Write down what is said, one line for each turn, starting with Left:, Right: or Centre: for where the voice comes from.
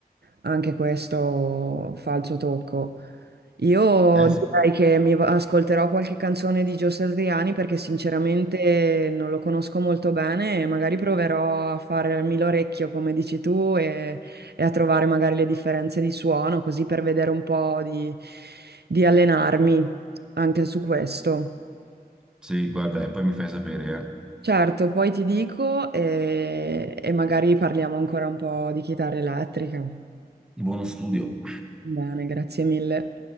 Right: Anche questo fa il suo tocco. Io
Centre: Eh
Right: direi
Centre: sì.
Right: che mi va- ascolterò qualche canzone di Gio Satriani perché sinceramente non lo conosco molto bene e magari proverò a farmi l'orecchio, come dici tu, e e a trovare magari le differenze di suono, così per vedere un po' di, di allenarmi anche su questo.
Centre: Sì, guarda, e poi mi fai sapere, eh.
Right: Certo, poi ti dico e e magari parliamo ancora un po' di chitarra elettrica.
Centre: Buono studio.
Right: Bene, grazie mille.